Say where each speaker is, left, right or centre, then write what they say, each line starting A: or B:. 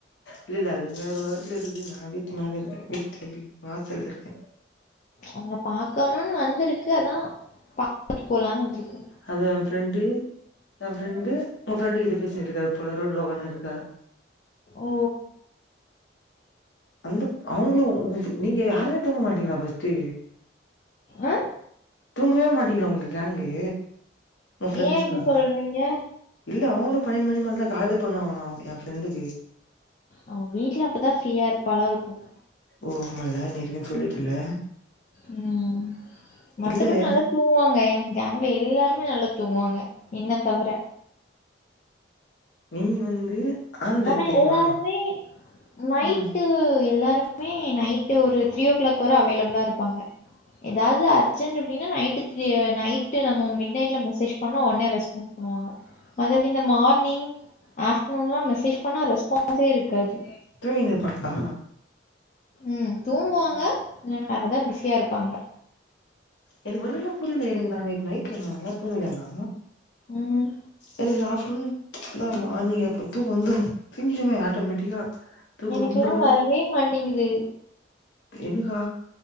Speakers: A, on the left; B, on the left.
A: இல்ல இல்ல அதுங்க ஒரு ஒரத்துல இருக்குது நா வீட்டுமேல இர்க்கே வீட்டு வாசல்ல இர்க்கே
B: ஒங்கள பாக்கணுன் வந்திருக்கு அதா பாத்துட்டு போலான்னு வந்துருக்கு
A: அது ஏ ஃப்ரெண்டு ஏ ஃப்ரெண்டு உங்க ஃப்ரெண்டு கிட்ட பேசின்ருக்காரு போல ரோட்ல ஒக்கானுருக்கா
B: ஓ
A: அந்த அவங்களும் உ நீங்க யாருமே தூங்க மாட்டீங்களா பஸ்ட்டு
B: ஆ
A: தூங்கவே மாட்டீங்ளா உங்க கேங்கூ உங்க ஃப்ரெண்ட்ஸ்லா
B: ஏ இப்டி சொல்றீங்க
A: இல்ல அவுங்களு பன்னெண் மணி மேலதா காலே பண்ணுவாங்ளா ஏ ஃப்ரெண்டுக்கு
B: அவ வீட்ல அப்பதா ஃப்ரீயா இருப்பாலாருக்கும்
A: ஓ ஆமால நீ ஏர்க்கனே சொல்லிட்டல
B: ம் மத்தபடி
A: இல்ல
B: நல்லா தூங்குவாங்க ஏ கேங்க்ல எல்லார்மே நல்லா தூங்குவாங்க என்ன தவற
A: நீங்க வந்து ஆந்த
B: ஆனா
A: தெரியுமா
B: எல்லாருமே நைட்டு
A: ம்
B: எல்லாரு ருமே நைட்டு ஒரு த்ரீ ஓ கிளாக் வர அவைலப்ளா இருப்பாங்க ஏதாவ்து அர்ஜெண்ட்டு அப்டினா நைட்டு த்ரி நைட்டு நம்மோ மிட் நைட்ல மெசேஜ் பண்ணா ஒடனே ரெஸ்பான்ஸ் பண்ணுவாங்க மத்தபடி இந்த மார்னிங் ஆஃப்ட்நூன்லா மெஸ் பண்ணா ரெஸ்பான்ஸே இருக்காது
A: தூங்கினு இருப்பாங்களா
B: ம் தூங்குவாங்க இல்லனா வேற எதா பிஸியா இருப்பாங்க
A: எனக்கு ஒன்னிமே புரில எனக்கு நானு இப்ப நைட்ல நல்லா தூங்கலனா
B: ம்
A: எனக்கு ஆஃப்டர்நூன் இல்ல மார்னிங் எப்ப தூக்க வந்துரு தூங்கிடுவே ஆட்டோமேட்டிக்கா தூக்கம்
B: எனக்கெல்லா
A: வந்துல
B: வரவே மாட்டேங்குது
A: எனக்கா